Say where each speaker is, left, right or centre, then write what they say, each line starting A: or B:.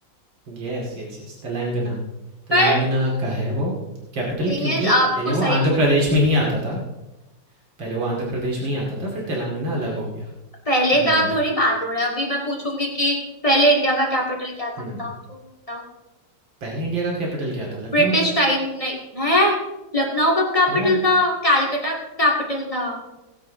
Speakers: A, on the right (about 85°); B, on the left (about 20°).
A: Yes yes yes Telangana
B: पर
A: Telangana का है वो कैपिटल
B: थिंग
A: क्योंकि
B: इज आपको
A: पहले वो
B: सही
A: आंध्र
B: बोलना
A: प्रदेश
B: है।
A: में ही आता था पहले वो आंध्र प्रदेश में ही आता था फिर तेलंगाना
B: अच्छा
A: अलग हो गया
B: पहले
A: हम्म
B: का थोड़ी बात हो रहा है अभी मैं पूछूंगी कि पहले इंडिया का कैपिटल क्या था
A: हम्म
B: बताओ तो बताओ
A: पहले इंडिया का कैपिटल क्या था? लखनऊ
B: ब्रिटिश
A: था।
B: टाइम नहीं है लखनऊ कब कैपिटल
A: याह!
B: था कैलकटा कैपिटल था